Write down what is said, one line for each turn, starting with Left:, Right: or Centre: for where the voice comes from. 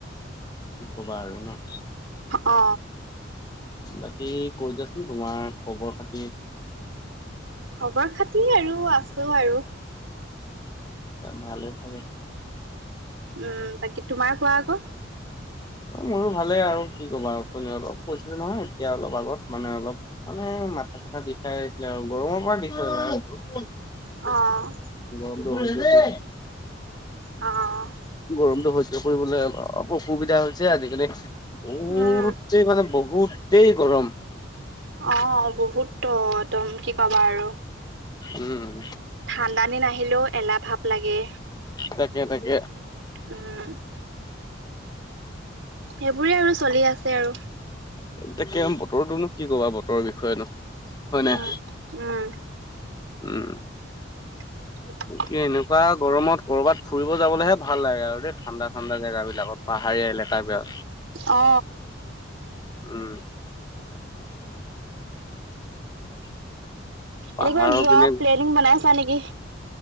Left: কি কবা আৰু ন।
Right: অ।
Left: বাকী ক ই জাচোন তোমাৰ খবৰ খাতি।
Right: খবৰ খাতি আৰু আছো আৰু।
Left: ভালে চাগে।
Right: উম বাকী তোমাৰ কোৱা আকৌ।
Left: মোৰো ভালে আৰু কি ক'বা আচনি অলপ কৈছিলো নহয় এতিয়া অলপ আগত মানে অলপ মানে। মাথা চাথা বিষাই আছিলে আৰু গৰমৰ পৰা।
Right: অ',
Left: <unintelligible>
Right: অ',
Left: গৰমটো হৈছে কৰিবলৈ অলপ অসুবিধা হৈছে আজিকালি। বহুতেই
Right: উম,
Left: মানে বহুতেই গৰম।
Right: অ বহুত একদম কি ক'বা আৰু।
Left: উম।
Right: থান্দা দিন আহাহিলেও এলাহ ভাৱ লাগে।
Left: তাকে তাকে।
Right: উম। সেইবোৰে আৰু চলি আছে আৰু।
Left: তাকে বতৰটোনো কি কবা বতৰৰ বিষয়েনো। হয়
Right: উম
Left: নাই
Right: উম।
Left: উম।
Right: <unintelligible>
Left: কি এনেকুৱা গৰমত কৰ'বাত ফুৰিব যাবলৈহে ভাল লাগে আৰু দেই ঠাণ্ডা- ঠাণ্ডা জেগাব বিলাকত পাহাৰীয়া েকা প <inaudible>
Right: অ।
Left: উম। পাহাৰৰ
Right: এনেকুৱা যোৱা
Left: পিনে
Right: প্লেনিং বনাইছা নেকি?